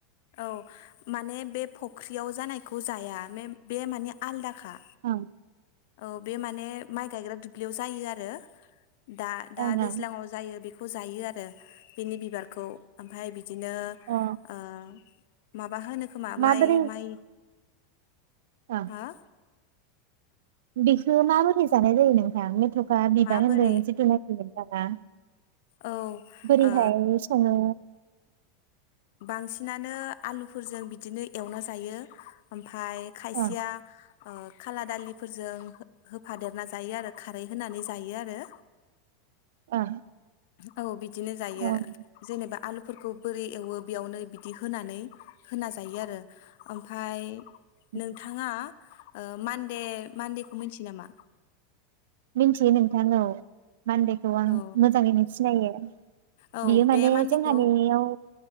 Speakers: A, on the left; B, on the right.
A: औ माने बे फख्रियाव जानाय खौ जाया बे माने आलदाखा
B: औ
A: औ बे माने माइ गायग्रा दु दुब्लियाव जायो आरोड दा दा
B: ओं
A: दैज्लाांआव जायो बे फु जायो आरो बिनि बिबारखौ ओमफ्राय बि। बिदिनो
B: अ
A: ओ। माब। बा होनो खोमा
B: माबोरै
A: माइ माइ।
B: ओं
A: हा।
B: बेखौ माबोरै जानाय जायो नोंथां मेथ'। बा बिबार
A: माबोरै
B: होनदों जितुनो। <unintelligible> नोंथाङा
A: औ
B: बोरैहाय
A: ओ
B: सङो।
A: बांसिनानो आलुफोरजों बिदिनो एवना जायो, ओम फाय खायसेया
B: ओं
A: ओ खाला दालिफोरजों हो-होफादेरना जायो आरो खारै होनानै जायो आरो।
B: ओं
A: औ बि दिनो जायो
B: ओं
A: जेनेबा आलुफोरखौ बोरै एवो? बेयावनो बिदि होनानै होना जायो आरो। ओमफाय
B: ओं
A: नोंथाङा ओ मान दे मान्देखौ मिथियो नामा?
B: मिथियो नोंथां औ। मान्देखौ आं
A: औ
B: मोजाङैनो सिनायो।
A: औ
B: बियो
A: बे
B: माने
A: मान्देखौ
B: जोंहानियाव